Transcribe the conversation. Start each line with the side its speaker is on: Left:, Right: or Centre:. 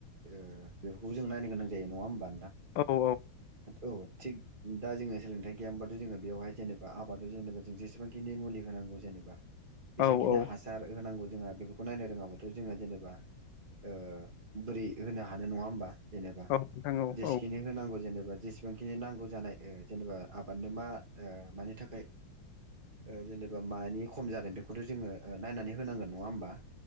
Right: ओ बेफोरखौबो जोंङो नायनो गोनां जायो नङा होनबा?
Left: औ औ
Right: उम थिग दा जोङो सोलोंथाइ गैयामोनबाथ' जोङो बेयावहाय जेनेबा आबादाव जेनेबा जों जेसेबांखिनि मुलि होनांगौ जेनेबा बेसेबांखिनि
Left: औ औ
Right: हासार होनांगौ जोंहा बेफोरखौ नायनो रोङाब्लाथ' जोङो जेनेबा ओ बोरै होनो हानाय नङा होमबा? जेनेबा
Left: औ नोंथां औ
Right: जेसेखिनि
Left: औ
Right: होनांगौ जेने बा‌ जेस बेबांखिनि नांगौ जानाय ओ जेनेबा आबादनो मा ओ मानि थाखाय ओ जेनेबा मानि खम जादों बेखौथ' जोङो ओ नायनानै होनांगोन नङा होमबा।